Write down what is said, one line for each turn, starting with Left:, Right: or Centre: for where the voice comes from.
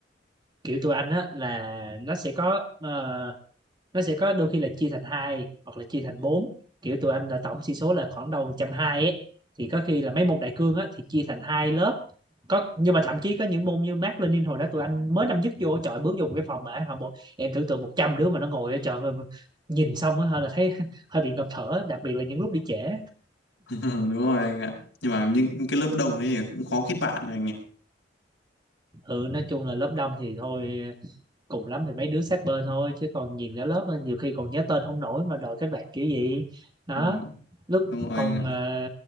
Right: kiểu tụi anh á là nó sẽ có ờ, nó sẽ có đôi khi là chia thành hai hoặc là chia thành bốn kiểu tụi anh là tổng sĩ số là khoảng đầu một trăm hai ấy thì có khi là mấy môn đại cương á thì chia thành hai lớp có nhưng mà thậm chí có những môn như Mác Lênin hồi đó tụi anh mới năm nhất vô trời bước vô một cái phòng mà họ bộ em tưởng tượng 100 đứa mà nó ngồi ở trời ơi, nhìn xong á hơi là thấy <laughs> hơi bị ngập thở đặc biệt là những lúc đi trễ
Left: <laughs> đúng rồi anh ạ nhưng mà những cái lớp đông ấy cũng khó kết bạn rồi anh
Right: ừ nói chung là lớp đông thì thôi cùng lắm thì mấy đứa sát bên thôi chứ còn nhìn cả lớp á, nhiều khi còn nhớ tên không nổi mà đòi kết bạn kiểu gì đó
Left: nhỉ
Right: lúc
Left: Đúng rồi
Right: còn
Left: anh ạ.
Right: ờ,